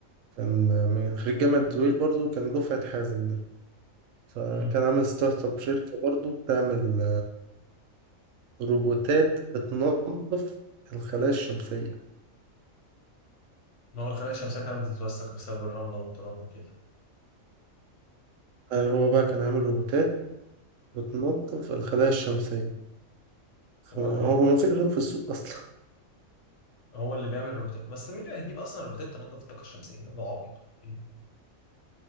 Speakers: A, on the right (about 70°); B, on the left (about 60°).
A: كان من خريج جامعة زويل برضو كان دفعة حازم ده فكان
B: امم
A: عامل ستارت اب شركة برضو بتعمل روبوتات بتنظف الخلايا الشمسية
B: ما هو الخلايا الشمسية فعلا بتتوسخ بسبب الرملة والتراب وكده
A: يعني هو بقى كان عامل روبوتات بتنظف الخلايا الشمسية فهو
B: وبعدين
A: ما فيش غيره في السوق أصلا
B: هو اللي بيعمل روبوتات بس مين اللي هيجيب اصلا روبوتات تنظف الطاقة الشمسية؟ ده عبيط ولا ايه؟